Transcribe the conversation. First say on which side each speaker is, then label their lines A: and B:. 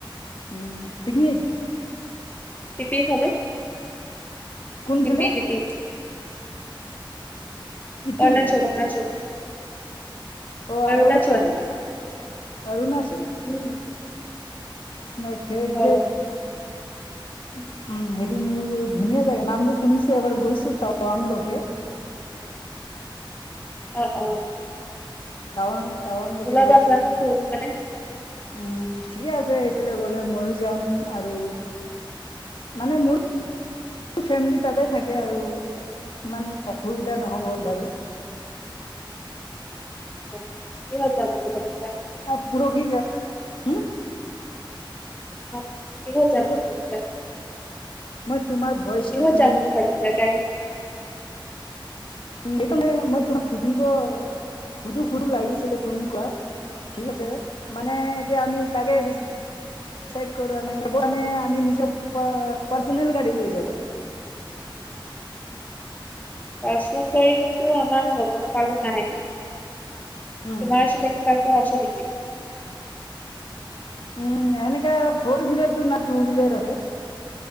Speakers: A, on the left; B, on the left.
A: উম পিকনিক।
B: টিপি থাগে
A: কোনফালে
B: টিপি টিপি।
A: কিটি
B: অৰুণাচল অৰুণাচল।
A: অ',
B: অৰুণাচল
A: অৰুণচল অৰুণচল।
B: উম
A: মাই ফেভৰেট।
B: হয় হয়
A: <inaudible> উম, সেইটো মোৰ ধুনীয়া জেগা নামটো শুনিছো এবাৰ গৈছো তাৱাংলৈকে। <inaudible>
B: অ অ।
A: তাৱাং তাৱাং লোকে
B: ওলাবা
A: গৈছো।
B: যাম পৰহি মানে
A: উম, ঠিকে আছে এইফালে গলে ময়ো যাম আৰু। মানে মোৰ। ফেমিলি তাতে থাকে আৰু ইমান অসুবিধা নহব বাৰু। <inaudible>
B: কি <unintelligible>
A: অ পৰহি হুম।
B: <unintelligible>
A: কি ক মই তোমাৰ ভইচটো
B: কিহত
A: ক্লিয়াৰলি
B: যাম বুলি ভাবিছা গাড়ীত
A: সেইকাৰণে মই তোমাক সুধিব সুধো সুধো লাগিছিলে তুমি কোৱা। ঠিক আছে মানে এতিয়া আমি তাকে দি ডিচাইড কৰা নাই <unintelligible> আমি নিজৰ প পাৰ্চনেল গাড়ী লৈ যাবা।
B: পচবাৰীটো আমাৰ ল'ব পাৰো নাই?
A: উম,
B: তোমাৰ চিনাকি কাৰোবাৰ আছে নেকি।
A: উম, এনেকে ফৰলাৰটো নাই টু হুইলাৰ আছে।